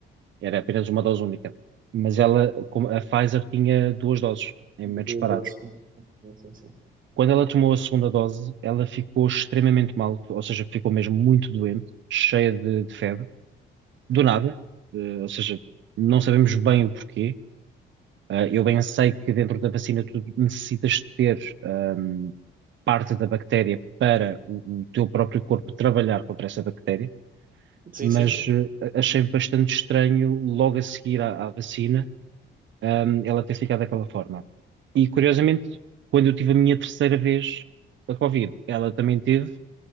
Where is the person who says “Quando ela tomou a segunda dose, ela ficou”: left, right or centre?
Right